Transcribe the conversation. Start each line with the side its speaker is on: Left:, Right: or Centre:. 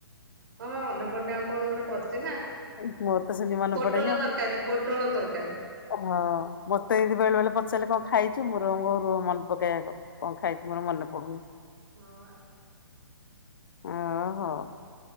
Right: ହଁ ମା ମନେ ପଡନି ଆଉ କଣ ଗୋଟେ କରୁଛି ନା।
Left: ହୁଁ ମୋରତ ସେମିତି ମନେପଡେନି
Right: ପୋଟଳ
Left: ଆଉ।
Right: ତରକାରୀ ପୋଟଳ ତରକାରୀ
Left: ହଁ ମତେ ଏମିତି ବେଳେ ବେଳେ ପଚାରିଲେ କଣ ଖାଇଚୁ? ମୁଁ ରଙ୍ଗ ରୁହ ମନ ପକେଇଆଗ କଣ ଖାଇଛି ମୋର ମନେ ପଡୁନି?
Right: ହଁ ଵା।
Left: ଓ ହୋ।